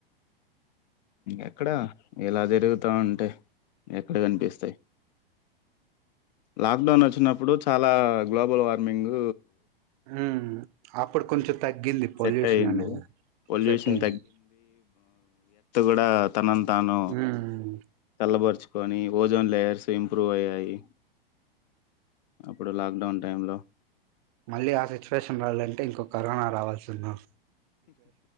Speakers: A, on the left; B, on the right.
A: ఎక్కడ ఇలా జరుగుతా ఉంటే ఎక్కడ కనిపిస్తాయి లాక్డౌన్ వచ్చినప్పుడు చాలా గ్లోబల్ వార్మింగ్
B: ఉమ్ అప్పుడు కొంచెం తగ్గింది పొల్యూషన్
A: సెట్ అయ్యింది
B: అనేది
A: పొల్యూషన్
B: సెట్ అయింది
A: అక్కడ తనను తాను
B: ఉమ్
A: చల్లబరుచు కొని ఓజోన్ లేయర్స్ ఇంప్రూవ్ అయ్యాయి అప్పుడు లాక్డౌన్ టైమ్ లో
B: మళ్ళీ ఆ సిచువేషన్ రాలే అండి అంటే ఇంకో కరోనా రావాల్సి ఉన్నాం